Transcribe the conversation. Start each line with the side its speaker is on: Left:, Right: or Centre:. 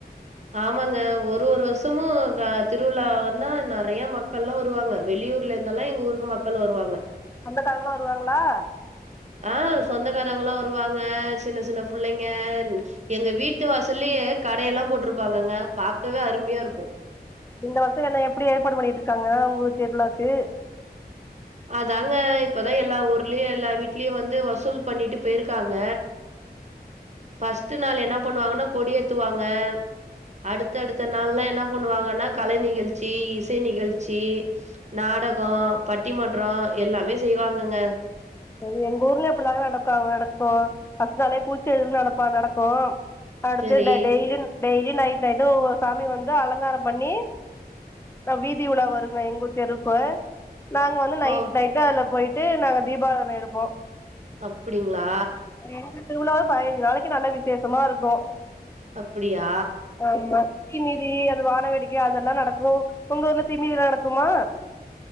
Right: ஆமாங்க ஒரு ஒரு வருஷமு கா திருவிழா வந்தா நறைய மக்கள்லா வருவாங்க வெளியூர் ல்லா இருந்தெல்லா எங்க ஊருக்கு மக்கள் வருவாங்க
Left: சொந்தகாரங்களா வருவாங்களா
Right: ஆ சொந்தக்காரவ்ங்களா வருவாங்க சின்ன சின்ன புள்ளைங்க எங்க வீட்டு வாசல்லயே கடையெல்லா போட்ருப்பாங்கங்க பாக்கவே அருமையா இருக்கு
Left: இந்த வர்ஷ என்ன எப்டி ஏற்பாடு பண்ணிக்கிட்ருக்காங்க உங்க ஊர் திருவிழாக்கு
Right: அதாங்க இப்பதா எல்லா ஊர்லையு எல்லா வீட்லையு வந்து வசூல் பண்ணிட்டு போய்ர்க்காங்க ஃபஸ்ட்டு நாள் என்ன பண்ணுவாங்கனா கொடி ஏத்துவாங்க அடுத்த அடுத்த நாள்லா என்ன பண்ணுவாங்கனா கலை நிகழ்ச்சி இசை நிகழ்ச்சி நாடகோ பட்டிமன்றோ எல்லாமே செய்வாங்கங்க
Left: அது எங்க ஊர்லையு இப்டிதாங்க நடப்பாங்க நடக்கு ஃபஸ்ட்டு நாலே பூச்செறி விழா சிறப்பா நடக்கு அடுத்து
Right: சரி.
Left: டெய் டெய்லின் டெய்லியு நைட் நைட்டு ஒவ்வொரு சாமி வந்து அலங்கார பண்ணி ஆ வீதி உழா வருங்க எங்கூர் தெருவுக்கு நாங்க வந்து நைட்
Right: ஓ!
Left: நைட்டு அதுல போயிட்டு நாங்க தீபாராதன எடுப்போ
Right: அப்டிங்ளா
Left: எங்கு ஊர் திருவிலா அது பதினஞ்சு நாளைக்கு நல்லா விசேஷமா இருக்கு
Right: அப்படியா?
Left: ஆமா தீ மீதி அது வான வெடிக்கை அதெல்லா நடக்கு ஒங்க ஊர்ல தீ மீதி நடக்குமா